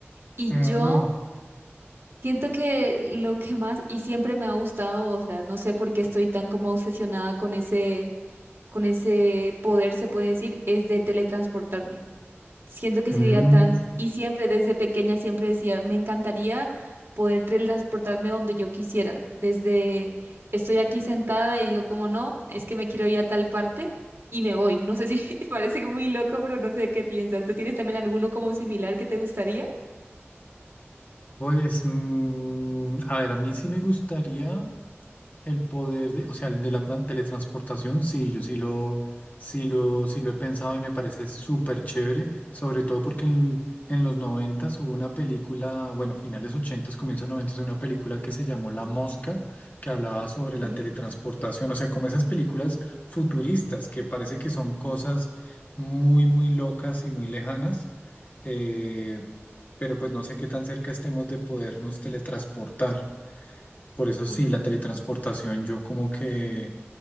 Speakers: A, on the right; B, on the left.
A: Y
B: Mm,
A: yo. Siento que lo que más y siempre me ha gustado, o sea, no sé por qué estoy tan como obsesionada con ese, con ese poder, se puede decir, es de teletransportarme. Siento que
B: mm,
A: sería tan, y siempre desde pequeña siempre decía, me encantaría poder teletransportarme donde yo quisiera. Desde estoy aquí sentada y digo como no, es que me quiero ir a tal parte y me voy. No sé si <laughs> parece muy loco, pero no sé qué piensas. ¿Tú tienes también alguno como similar que te gustaría?
B: pues, mm, a ver, a mí sí me gustaría El poder de, o sea, el de la tran- teletransportación, sí, yo sí lo, sí lo, sí lo he pensado y me parece súper chévere, sobre todo porque en, en los noventas hubo una película, bueno, finales ochentas, comienzos noventas, una película que se llamó La Mosca, que hablaba sobre
A: Sí.
B: la teletransportación, o sea, como esas películas futuristas que parece que son cosas muy, muy locas y muy lejanas, eh, pero pues no sé qué tan cerca estemos de podernos teletransportar. Por eso sí,
A: Uf,
B: la teletransportación yo como que